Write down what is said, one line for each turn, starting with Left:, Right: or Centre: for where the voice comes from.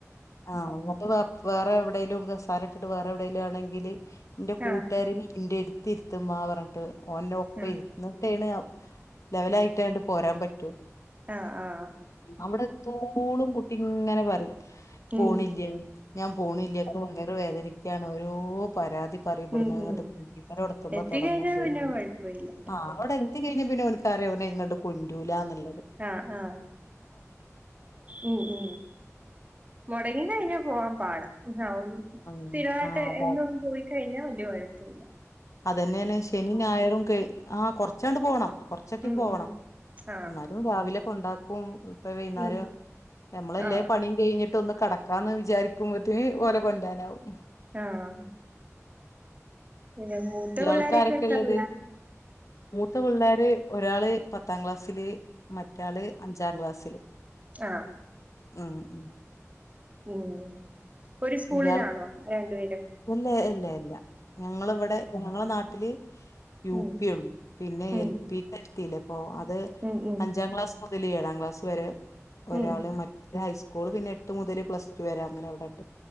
Left: ആഹ് <unintelligible> വേറെ എവിടേലും ഒക്ക കസേര ഇട്ടിട്ട് വേറെ എവിടേലും ആണങ്കില് ൻ്റെ കുട്ടുകാരനെ
Right: ആഹ്
Left: ഇന്റെ ത്തി രുത്തുമ്മാ പറഞ്ഞിട്ട് ഓൻ്റെ ഒപ്പം
Right: ആഹ്
Left: ഇരു എന്നിട്ടേണ് ഔ ലെവലായിട്ട് അണ്ട് പോരാൻ പറ്റോള്ളൂ
Right: ആഹ് ആഹ്
Left: അവിടെ എത്തോളും കുട്ടി ഇങ്ങനെ പറയും
Right: ഉം
Left: പോണില്ല ഞാൻ പോണില്ല ഇക്ക് വയറു വേദനിക്കാണ്. ഓരോ പരാതി പറയപ്പെടുന്ന
Right: ഉം ഉം
Left: കാട്ടീം ഇങ്ങോട്ട് പിക്ക എത്തുമ്പ
Right: എത്തിക്കഴിഞ്ഞാ
Left: തൊടങ്ങുമ്പോഴ്
Right: പിന്നെ
Left: <unintelligible>
Right: കൊഴപ്പമില്ല
Left: ആഹ് അവിടെ എത്തി കഴിഞ്ഞാ പിന്നെ ഓന് ക്കറിയോ ഓനെ ഇങ്ങട് കൊണ്ടൂലാന്ന്ള്ളത്
Right: ആഹ് ആഹ് ഉം ഉം മൊടങ്ങി കഴിഞ്ഞാ പോവാൻ പാടാ <unintelligible>
Left: ആഹ്
Right: സ്ഥിരായിട്ട്
Left: അതാണ്
Right: എന്നും പോയി കഴിഞ്ഞാ വല്യ കൊഴപ്പ ഇല്ല
Left: അതന്നെയാണ് ശനീം ഞായറും ക ആ കൊറച്ചാണ്ട് പോകണം കൊറച്ചൊക്കെ
Right: ഉം
Left: പോണം
Right: ഉം ആഹ്
Left: ന്നാല് ഇതും രാവിലെ ക്കെണ്ടാക്കും ഇപ്പ വയ്യ്ന്നേരം
Right: ഉം
Left: ഞമ്മളെല്ലേ
Right: ആഹ്
Left: പണിയും കഴിഞ്ഞ് ട്ട് ഒന്ന് കെടക്കാന്ന് വിചാരിക്കുമ്പോത്തേന് ഓലെ കൊണ്ടാരനാവും
Right: ആഹ പിന്നെ മൂത്ത
Left: ഇയാൾക്ക്
Right: പിള്ളോരൊക്ക
Left: ആരൊക്കെള്ളത്
Right: എത്തറില്ല
Left: മൂത്ത പിള്ളോര് ഒരാള് പത്താം ക്ലാസില് മറ്റാള് അഞ്ചാം ക്ലാസ്സില്
Right: ആഹ
Left: ഉം ഉം
Right: ഉം ഒരു സ്കൂളിലാണോ
Left: ഇയാൾക്ക്
Right: രണ്ടു പേരും
Left: ഇല്ല ഇല്ല ഇല്ല ഞങ്ങൾ ഇവിടെ ഞങ്ങളെ നാട്ടില് യു
Right: ഉം
Left: പി ഒള്ളു പിന്നെ
Right: ഉം
Left: എൽ പിക്ക്ത്തില്ലേ അപ്പൊ അത്
Right: ഉം ഉം
Left: അഞ്ചാം ക്ലാസ് മു തിൽ ഏഴാം ക്ലാസ് വരെ ഒരാള്
Right: ഉം
Left: മറ്റ ഹൈസ്കൂള് പിന്നെ എട്ട് മുതൽ പ്ലസ്ടു വരെ അങ്ങനെ അവിടണ്ട്